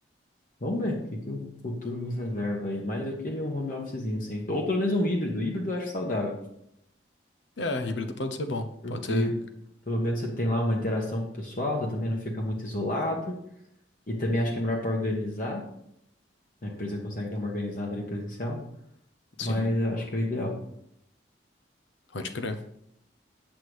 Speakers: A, on the left (about 45°); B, on the left (about 75°).
A: Vamos ver o que, que o futuro nos reserva aí. Mas eu queria um home officezinho, sim. Ou pelo menos um híbrido. Híbrido eu acho saudável.
B: É, híbrido pode ser bom,
A: Porque
B: pode ser,
A: pelo menos você tem lá uma interação com o pessoal, você também não fica muito isolado. E também acho que é melhor para organizar. A empresa consegue dar uma organizada ali presencial. Mas
B: sim,
A: eu acho que é o ideal.
B: pode crer.